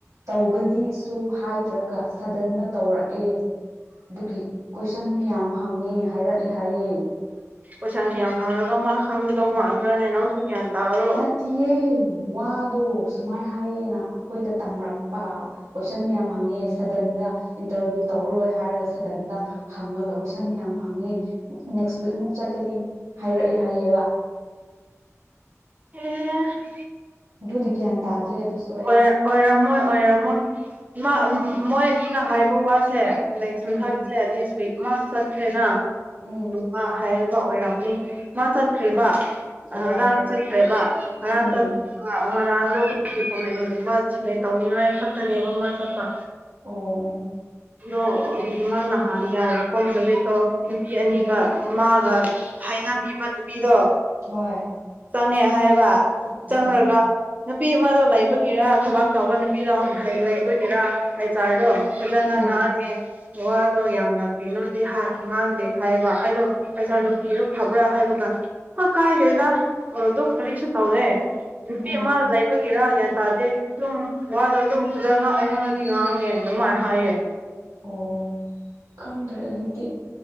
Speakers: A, on the right; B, on the right.
A: ꯇꯧꯒꯅꯤꯁꯨ ꯍꯥꯏꯗ꯭ꯔꯒ ꯁꯗꯟꯗ ꯇꯧꯔꯛꯑꯦ ꯑꯗꯨꯒꯤ ꯀꯣꯏꯁꯟ ꯃꯌꯥꯝ ꯍꯪꯉꯦ ꯍꯥꯏꯔꯛꯑꯦ ꯍꯥꯏꯌꯦ
B: ꯀꯣꯢꯁꯟ ꯌꯥꯝ ꯍꯪꯉꯒ ꯃꯥ ꯈꯪꯒꯗꯧ ꯃꯥꯥꯟꯕ꯭ꯔꯥꯅꯦ ꯅꯪꯁꯨ ꯒ꯭ꯌꯥꯟ ꯇꯥꯔꯣ
A: ꯅꯠꯇꯤꯌꯦ ꯋꯥꯗꯣ ꯁꯨꯃꯥꯏ ꯍꯥꯏꯌꯦꯅ ꯑꯩꯈꯣꯏꯗ ꯇꯝꯔꯛꯄ ꯀꯣꯏꯁꯟ ꯃꯌꯥꯝ ꯍꯪꯉꯦ ꯁꯗꯟꯗ ꯏꯟꯇꯔꯚ꯭ꯌꯨ ꯇꯧꯔꯔꯣꯏ ꯍꯥꯏꯔꯒ ꯁꯗꯟꯗ ꯍꯪꯉꯒ ꯀꯣꯏꯁꯟ ꯃꯌꯥꯝ ꯍꯪꯉꯦ ꯅꯦꯛꯁ ꯋꯤꯛ ꯑꯃꯨꯛ ꯆꯠꯀꯅꯤ ꯍꯥꯏꯔꯛꯑꯦ ꯍꯥꯏꯌꯦꯕ
B: <unintelligible>
A: ꯑꯗꯨꯗꯤ ꯒꯤꯌꯥꯟ ꯇꯗ꯭ꯔꯦ ꯑꯗꯨꯁ
B: ꯑꯣꯏ ꯑꯣꯢꯔꯝꯃꯣꯏ ꯑꯣꯏꯔꯝꯃꯣꯏ ꯃꯥ ꯃꯣꯏꯅ ꯑꯅꯤꯅ ꯍꯥꯏꯕ ꯋꯥꯁꯦ ꯅꯦꯛꯁ
A: ꯎꯝ
B: ꯋꯤꯛ ꯍꯥꯏꯕꯁꯦ ꯗꯤꯁ ꯋꯤꯛ ꯑꯃ ꯆꯠꯈ꯭ꯔꯦꯅ
A: ꯎꯝ
B: ꯃꯥ ꯍꯥꯏꯌꯦꯕ ꯑꯣꯏꯔꯝꯅꯤ ꯃꯥ ꯆꯠꯈ꯭ꯔꯤꯕ
A: ꯑꯣ
B: ꯍꯔꯥꯡ ꯆꯠꯈ꯭ꯔꯦꯕ ꯍꯔꯥꯡ
A: ꯎꯝ
B: ꯆꯠ ꯉꯔꯥꯡꯗꯣ ꯑꯗꯨꯝ ꯗꯣꯀꯨꯃꯦꯟꯒꯨꯝꯕ ꯁꯃꯤꯠ ꯇꯧꯅꯤꯡꯉꯥꯏ ꯈꯛꯇꯅꯦꯕ ꯃꯥ ꯆꯠꯄ
A: ꯑꯣ
B: ꯑꯗꯣ ꯃꯥ ꯅꯍꯥꯟ ꯌꯥꯔꯛꯄ ꯅꯨꯃꯤꯠꯇꯣ ꯅꯨꯄꯤ ꯑꯅꯤꯒ ꯃꯥꯒ ꯍꯥꯏꯅꯕꯤꯕ ꯅꯨꯄꯤꯗꯣ
A: ꯍꯣꯏ
B: ꯆꯪꯉꯦ ꯍꯥꯏꯌꯧꯕ
A: ꯍꯣꯏ
B: ꯆꯪꯔꯒ ꯅꯨꯄꯤ ꯑꯃꯗꯣ ꯂꯩꯕꯒꯤꯔꯥ ꯊꯕꯥꯛ ꯇꯧꯕ ꯅꯨꯄꯤꯗꯣ ꯂꯩꯕꯒꯤꯔꯥ ꯍꯩꯁ ꯑꯥꯔꯗꯣ ꯐꯗꯅ
A: ꯎꯝ
B: ꯉꯥꯡꯉꯦ ꯋꯥꯗꯣ ꯌꯥꯝꯅ ꯀꯩꯅꯣꯗꯤ ꯉꯥꯡꯗꯦ ꯍꯥꯏꯌꯦꯕ ꯑꯗꯣ ꯄꯩꯁꯥ ꯅꯨꯡꯄꯤꯅ ꯐꯕ꯭ꯔꯥ ꯍꯥꯏꯕ ꯀꯥꯟꯗ ꯍꯣꯏ ꯀꯥꯏꯔꯦꯗ ꯑꯗꯨꯝ ꯀꯔꯤꯁꯨ ꯇꯧꯔꯦ ꯏꯄꯤꯦꯃ
A: ꯑꯣ
B: ꯂꯩ ꯑꯩꯈꯣꯏꯒꯤꯔꯥ ꯒ꯭ꯌꯥꯟ ꯇꯥꯗꯦ ꯑꯗꯨꯝ ꯋꯥꯗꯣ ꯑꯗꯨꯝ ꯐꯖꯅ ꯑꯩꯉꯣꯟꯗꯗꯤ ꯉꯥꯡꯉꯦ ꯑꯗꯨꯃꯥꯏꯅ ꯍꯥꯏꯌꯦ
A: ꯑꯣ ꯈꯪꯗ꯭ꯔꯦ ꯑꯗꯨꯗꯤ